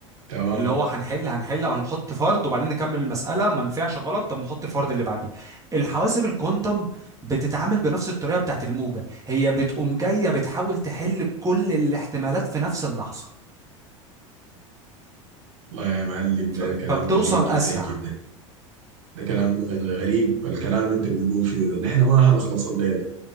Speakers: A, on the right; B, on the right.
A: تمام
B: اللي هو هنحل هنحل او هنحط فرد وبعدين نكمل المساله ما نفعش غلط طب نحط الفرد اللي بعديه الحواسب الكوانتم بتتعامل بنفس الطريقه بتاعت الموجه هي بتقوم جايه بتحاول تحل كل الاحتمالات في نفس اللحظه
A: والله يا معلم
B: فبتوصل
A: ده كلام غريب جدا
B: اسرع
A: جدا ده كلام غ- غريب الكلام اللي انت بتقول فيه ده نحن ما هنخلص الليلة